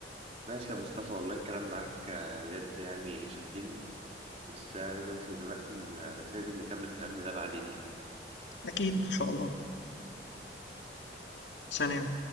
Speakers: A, on the right; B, on the left.
A: ماشي يا مصطفى والله الكلام معاك آه، بجد يعني شدني بس انا لازم امشي دلوقتي آه، بس لازم نكمل كلامنا ده بعدين يعني
B: اكيد ان شاء الله سلام